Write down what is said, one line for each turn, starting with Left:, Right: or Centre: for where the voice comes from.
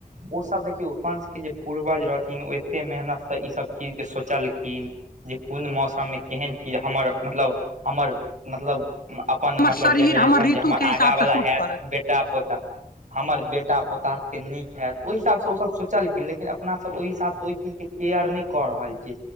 Right: ओसभ देखियौ अपन सबके जे पूर्वज रहथिन ओ एते मेहनतसँ ईसभ चीजके सोचलखिन जे कोन मौसममे केहन चीज हमर मतलब हमर मतलब अप पन
Left: हमर
Right: मतलब
Left: शरीर
Right: जेनरेशन जे
Left: ऋतु
Right: हमर
Left: के
Right: आगाँ
Left: हिसाब
Right: बला
Left: से सूट
Right: हैत
Left: करत
Right: बेटा, पोता ता हमर बेटा पोता सबके नीक हैत ओहि हिसाब स ओ सब सोचलखिन लेकिन अपना सब ओहि हिसाब स ओहि चीज के केयर नहि कऽ रहल छी